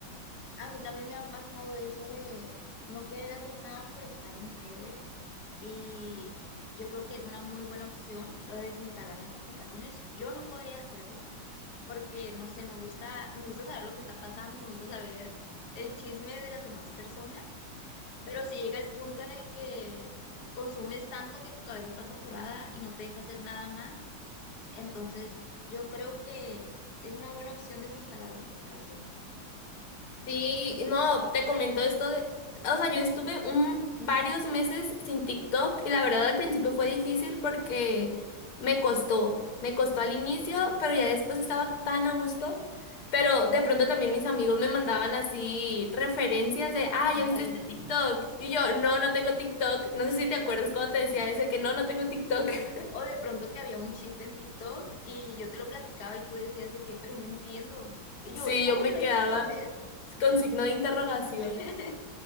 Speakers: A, on the left; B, on the left.
A: A mí también me ha pasado eso de no querer hacer nada por estar en redes y yo creo que es una muy buena opción lo de desinstalar las aplicaciones. Yo no podría hacerlo porque no sé, me gusta, me gusta saber lo que está pasando, me gusta saber el chisme de las demás personas Pero si llega el punto en el que consumes tanto que tu cabeza está saturada y no te deja hacer nada más, entonces yo creo que es una buena opción desinstalar las aplicaciones.
B: Sí, no, te comento esto de, o sea, yo estuve un, varios meses sin TikTok y la verdad al principio fue difícil porque me costó, me costó al inicio, pero ya después estaba tan a gusto, pero de pronto también mis amigos me mandaban así referencias de, ah, ¿ya viste
A: Ay,
B: este
A: no.
B: TikTok? Y yo, no, no tengo TikTok, no sé si te acuerdas cuando te decía eso de que no, no tengo TikTok.
A: Sí.
B: <laughs>
A: O de pronto que había un chiste en TikTok y yo te lo platicaba y tú decías de que, pero no entiendo. Y yo,
B: Sí,
A: ¿cómo
B: yo me
A: que no
B: quedaba
A: entiendes?
B: con signo de interrogación.
A: <laughs>